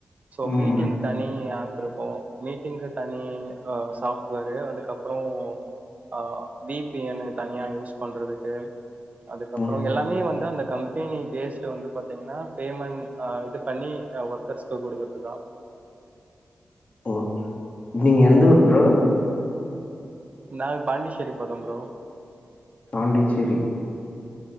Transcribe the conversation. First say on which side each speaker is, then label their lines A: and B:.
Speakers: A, on the right; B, on the left.
A: சோ
B: ம்
A: மீட்டிங் தனி ஆப் இருக்கு மீட்டிங்கு தனி அ சாப்ட்வேரு அதுக்கப்பறொ ஆ வி பி என் தனியா யூஸ் பண்றதுக்கு அதுக்கப்பறொ
B: ம்
A: எல்லாமே வந்து அந்த கம்பெனி பேஸ வந்து பாத்தீங்கன்னா பேமெண்ட் ஆ இது பண்ணி அ ஒர்க்கர்ஸ்கு குடுக்கறதுதா
B: ஓ நீங்க எந்த ஊர் ப்ரோ?
A: நாங்க பாண்டிச்சேரி பக்கம் ப்ரோ.
B: பாண்டிச்சேரி